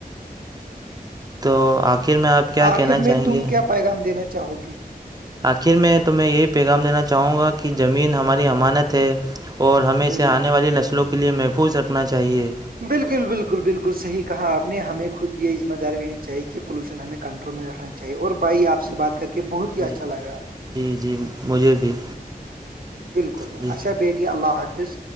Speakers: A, on the right; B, on the right.
A: تو آخر میں آپ کیا
B: آخر
A: کہنا
B: میں
A: چاہیں
B: تم
A: گے
B: کیا پیغام دینا چاہو گی
A: آخر میں تو میں یہی پیغام دینا چاہوں گا کہ زمین ہماری امانت ہے اور ہمیں اسے
B: بالکل
A: آنے والی نسلوں کے لیے محفوظ رکھنا چاہیے
B: بالکل بالکل بالکل صحی کہا آپ نے ہمیں خود یہ ذمہ داری لینی چاہی کہ پولوشن ہمیں کنٹرول میں رکھنا چاہیے اور بھائی آپ سے بات کر کے بہت ہی
A: جی
B: اچھا لگا
A: جی جی مجھے بھی
B: بالکل
A: جی
B: اچھا بیٹھی اللہ حافظ